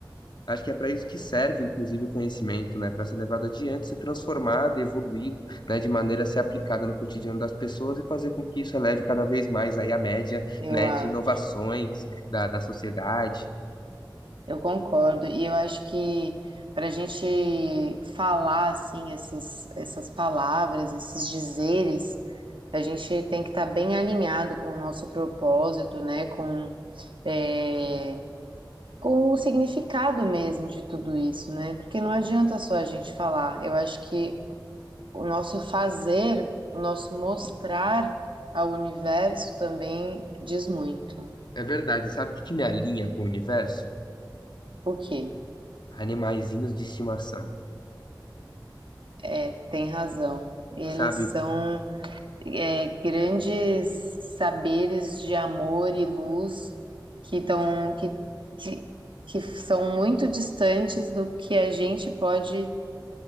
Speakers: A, on the left; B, on the right.
A: Acho que é para isso que serve, inclusive, o conhecimento, né? Para ser levado adiante, ser transformado e evoluído, né? De maneira a ser aplicada no cotidiano das pessoas e fazer com que isso eleve cada vez mais aí a média,
B: Eu
A: né?
B: acho.
A: De inovações da, da sociedade.
B: Eu concordo. E eu acho que para a gente falar assim essas, essas palavras, esses dizeres, a gente tem que estar bem alinhado com o nosso propósito, né? Com eh, com o significado mesmo de tudo isso, né? Porque não adianta só a gente falar. Eu acho que o nosso fazer, o nosso mostrar ao universo também diz muito.
A: É verdade. Sabe o que que me alinha com o universo?
B: O que?
A: Animaizinhos de estimação,
B: É, tem razão. Eles
A: sabe?
B: são é, grandes saberes de amor e luz que estão que, de- que são muito distantes do que a gente pode